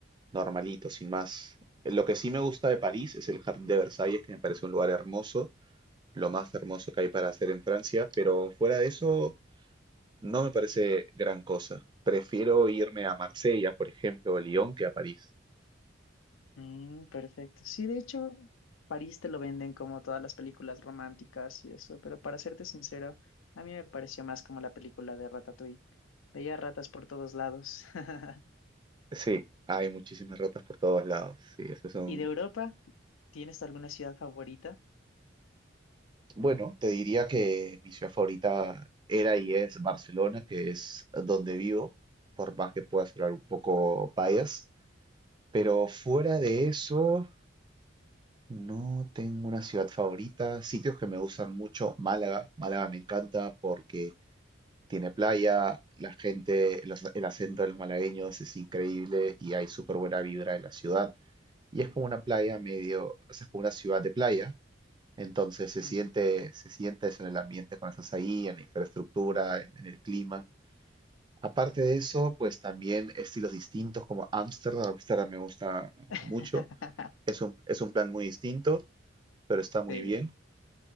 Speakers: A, on the right (about 25°); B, on the left (about 85°).
A: normalito, sin más. Lo que sí me gusta de París es el Jardín de Versalles, que me parece un lugar hermoso, lo más hermoso que hay para hacer en Francia, pero fuera de eso no me parece gran cosa. Prefiero irme a Marsella, por ejemplo, o Lyon, que a París.
B: Mm, perfecto. Sí, de hecho, París te lo venden como todas las películas románticas y eso, pero para serte sincero, a mí me pareció más como la película de Ratatouille. Veía ratas por todos lados. <laughs>
A: Sí, hay muchísimas ratas por todos lados. Sí, eso es un,
B: ¿Y de Europa? ¿Tienes alguna ciudad favorita?
A: Bueno, te diría que mi ciudad favorita era y es Barcelona, que es donde vivo, por más que pueda sonar un poco bias. Pero fuera de eso, no tengo una ciudad favorita. Sitios que me gustan mucho, Málaga. Málaga me encanta porque tiene playa, la gente, los- el acento de los malagueños es increíble y hay súper buena vibra en la ciudad. Y es como una playa medio, o sea, es como una ciudad de playa entonces se
B: Ujú.
A: siente, se siente eso en el ambiente cuando estás ahí, en la infraestructura, en, en el clima. Aparte de eso, pues también estilos distintos como Ámsterdam. Ámsterdam me gusta
B: <laughs>
A: mucho. Es un, es un plan muy distinto, pero está muy
B: Sí.
A: bien.